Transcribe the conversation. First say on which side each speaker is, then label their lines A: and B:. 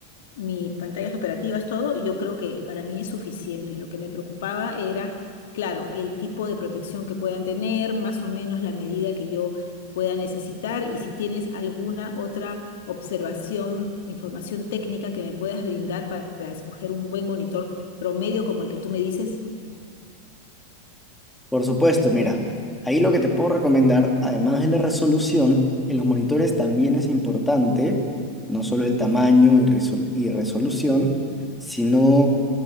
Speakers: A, on the left (about 55°); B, in the centre.
A: mis pantallas operativas, todo, yo creo que para mí es suficiente. Lo que me preocupaba era, claro, el tipo de protección que puedan tener, más o menos la medida que yo pueda necesitar y si tienes alguna otra observación, información técnica que me puedas brindar para, para escoger un buen monitor promedio como el que tú me dices.
B: Por supuesto, mira, ahí lo que te puedo recomendar, además de la resolución, en los monitores también es importante, no solo el tamaño y, resol- y resolución, sino